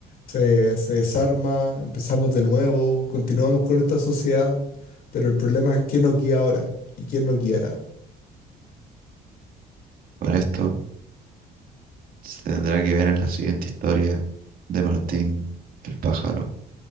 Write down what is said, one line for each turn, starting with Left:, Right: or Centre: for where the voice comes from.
Left: se, se desarma? ¿Empezamos de nuevo? ¿Continuamos con esta sociedad? Pero el problema es quién nos guía ahora y quién nos guiará.
Right: Bueno, esto se tendrá que ver en la siguiente historia de Martín el pájaro